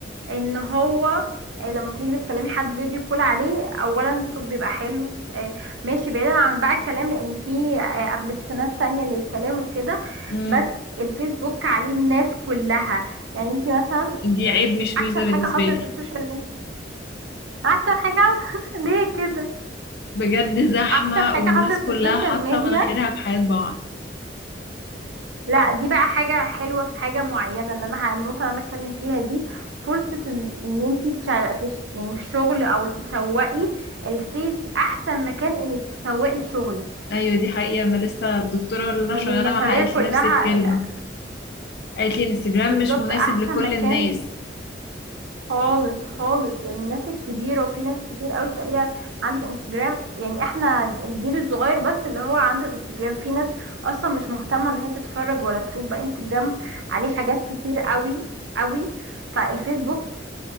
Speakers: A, on the right; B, on the left.
A: ان هو آه، لما تيجي بتكلمي حد فيديو كول عليه اولا الصوت بيبقى حلو آه، ماشي بعيدا عن بقى الكلام لان في ابلكيشنات تانية للكلام وكده
B: امم
A: بس الفيسبوك عليه الناس كلها يعني انتي مثلا
B: دي
A: يعني
B: عيب مش
A: احسن
B: ميزة بالنسبة
A: حاجة حصلت
B: لي
A: في السوشيال ميديا احسن حاجة <laughs> ليه كده
B: بجد زحمة
A: احسن حاجة
B: والناس
A: حصلت
B: كلها
A: في السوشيال
B: حاطة
A: ميديا
B: مناخيرها في حياة بعض
A: لا دي بقى حاجة حلوة في حاجة معينة اللي انا ه- النقطة اللي انا بتكلم فيها دي فرصة ان ان انتي تشغ... تش... يعني في الشغل او تسوقي الفيس احسن مكان انك تسوقي لشغلك
B: ايوه دي حقيقة انا لسه الدكتورة اللي انا
A: يعني
B: شغالة
A: المشاريع
B: معاها قالت
A: كلها
B: لي نفس الكلمة
A: لا،
B: قالت لي الانستجرام
A: بالظبط
B: مش مناسب
A: احسن
B: لكل
A: مكان
B: الناس
A: خالص خالص يعني الناس الكبيرة وفي ناس كتير قوي تسأليها عندك انستجرام يعني احنا الجيل الصغير بس اللي هو عنده انستجرام في ناس اصلا مش مهتمة ان هي تتفرج ولا تشوف بقى انستجرام عليه حاجات كتير قوي قوي فالفيسبوك